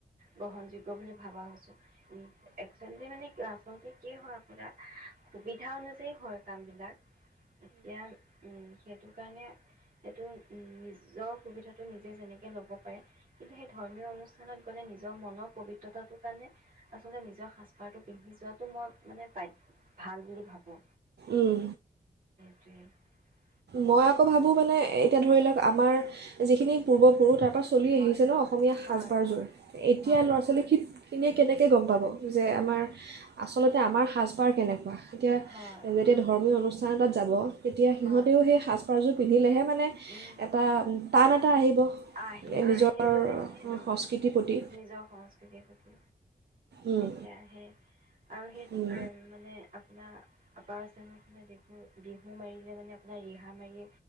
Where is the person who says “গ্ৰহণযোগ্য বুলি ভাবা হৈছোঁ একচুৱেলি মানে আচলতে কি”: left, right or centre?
Right